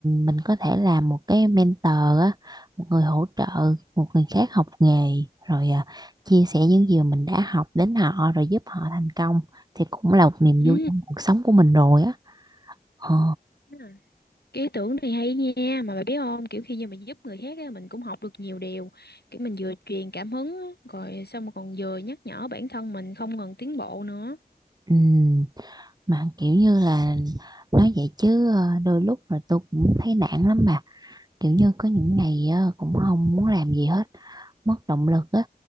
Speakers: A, on the right (about 25°); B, on the left (about 80°).
A: mình có thể làm một cái mentor á một người hỗ trợ một người khác học nghề rồi ờ, chia sẻ những gì mà mình đã học đến họ rồi giúp họ thành công thì cũng là một niềm
B: ừ
A: vui trong cuộc sống của mình rồi á ờ,
B: Đúng rồi. cái ý tưởng này hay nha mà bà biết không kiểu khi mà mình giúp người khác á mình cũng học được nhiều điều kiểu mình vừa truyền cảm hứng á, rồi xong rồi còn vừa nhắc nhở bản thân mình không ngừng tiến bộ nữa
A: ừm, mà kiểu như là nói vậy chứ ờ, đôi lúc là tôi cũng thấy nản lắm mà kiểu như có những ngày ờ, cũng không muốn làm gì hết mất động lực á